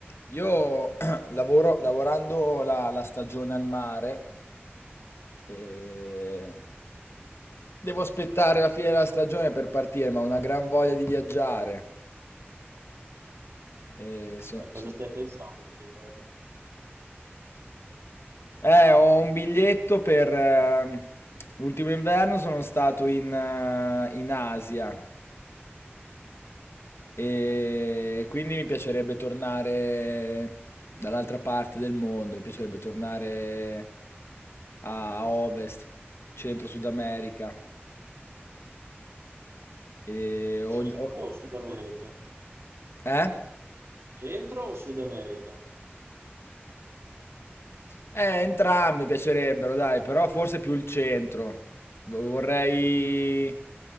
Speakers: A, on the left (about 75°); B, on the right (about 90°).
A: Io <clears throat> lavoro, lavorando la, la stagione al mare, e devo aspettare la fine della stagione per partire, ma ho una gran voglia di viaggiare. E so-
B: A cosa
A: so-
B: stai pensando per l'inverno?
A: Eh, ho un biglietto per eh, l'ultimo inverno, sono stato in, eh, in Asia. E quindi mi piacerebbe tornare dall'altra parte del mondo, mi piacerebbe tornare a a Ovest, Centro-Sud America. E
B: Centro
A: ho- ho-
B: o Sud America?
A: eh?
B: Centro o Sud America?
A: Eh, entrambi mi piacerebbero, dai, però forse più il centro. V- Vorrei...